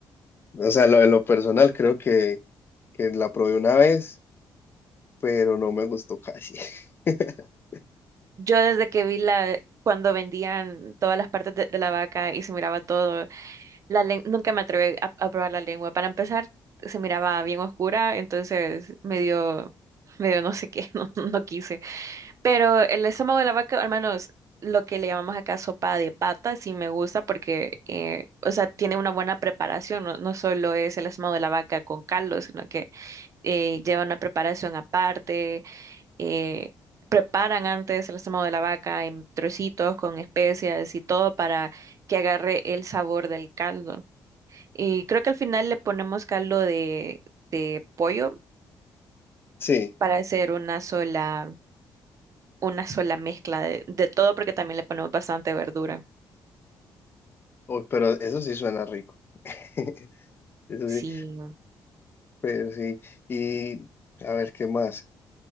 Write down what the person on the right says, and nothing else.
Yo desde que vi la, cuando vendían todas las partes de, de la vaca y se miraba todo, la len- nunca me atreví a, a probar la lengua. Para empezar, se miraba bien oscura, entonces medio, medio no sé qué, <laughs> no, no quise. Pero el estómago de la vaca, al menos lo que le llamamos acá sopa de pata, sí me gusta porque, eh, o sea, tiene una buena preparación. No, no solo es el estómago de la vaca con caldo, sino que eh, lleva una preparación aparte. eh, preparan antes el estómago de la vaca en trocitos con especias y todo para que agarre el sabor del caldo. Y creo que al final le ponemos caldo de, de pollo
para hacer una sola. una sola mezcla de, de todo porque también le ponemos bastante verdura.
Sí.